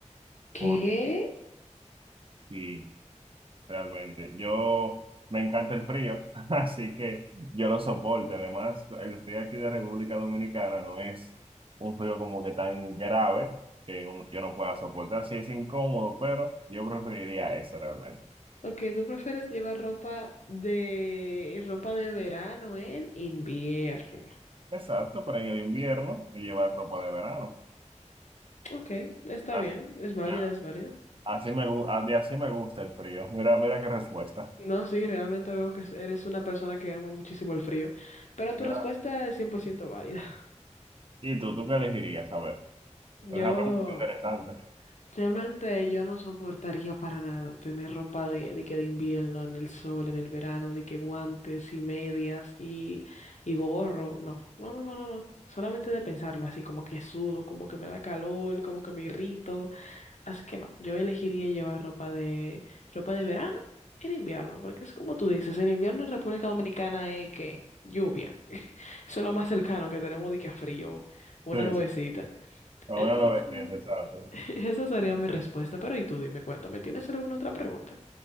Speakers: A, on the left (about 70°); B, on the right (about 45°).
A: ¿Qué?
B: porque sí, realmente. Yo me encanta el frío, <laughs> así que yo lo soporto. Además, el frío aquí de República Dominicana no es un frío como que tan grave que uno- yo no pueda soportar. Sí es incómodo, pero yo preferiría eso realmente.
A: Ok, ¿tú prefieres llevar ropa de ropa de verano en invierno?
B: Exacto, pero en el invierno llevar ropa de verano.
A: Ok, está
B: Ah,
A: bien, es válida,
B: ya.
A: es válido.
B: Así me, gu- a- de así me gusta el frío. Mira, mira qué respuesta.
A: No, sí, realmente veo que eres una persona que ama muchísimo el frío, pero
B: Mira,
A: tu respuesta es 100% válida.
B: ¿y tú, tú qué elegirías? A ver,
A: <laughs> Yo
B: es una pregunta interesante.
A: Realmente yo no soportaría para nada tener ropa de, de que de invierno, en el sol, en el verano, de que guantes y medias y, y gorro. No, no, no, no, no, no. Solamente de pensarlo, así como que sudo, como que me da calor, como que me irrito. Así que no, yo elegiría llevar ropa de ropa de verano en invierno, porque es como tú dices, el invierno en República Dominicana es que lluvia. <laughs> Eso es lo más cercano que tenemos de que a frío, una
B: Sí,
A: nubecita.
B: sí. ahora
A: Entonces,
B: lo ves interesante.
A: <laughs> Esa sería mi respuesta, pero y tú dime, cuéntame, ¿tienes alguna otra pregunta?